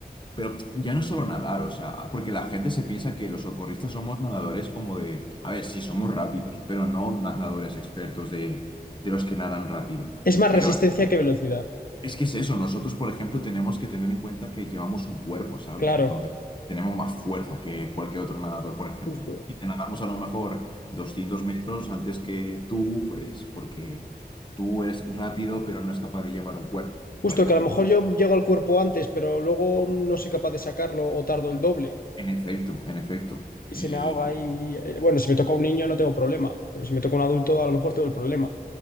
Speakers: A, on the left; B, on the left.
A: Pero ya no solo nadar, o sea, porque la gente se piensa que los socorristas somos nadadores como de, a ver, sí, somos rápidos, pero no na- nadadores expertos de, de los que nadan rápido.
B: Es más
A: Pero
B: resistencia que velocidad,
A: es que es eso, nosotros, por ejemplo, tenemos que tener en cuenta que llevamos un cuerpo, ¿sabes?
B: claro,
A: Entonces, tenemos más fuerza que cualquier otro nadador, por ejemplo.
B: justo.
A: Y te nadamos a lo mejor 200 metros antes que tú, pues porque tú eres rápido, pero no es capaz de llevar un cuerpo,
B: Justo
A: por ejemplo.
B: que a lo mejor yo llego al cuerpo antes, pero luego no soy capaz de sacarlo o tardo el doble
A: En efecto, en efecto. Y...
B: y se me ahoga y eh, bueno, si me toca un niño no tengo problema, pero si me toca un adulto a lo mejor tengo el problema.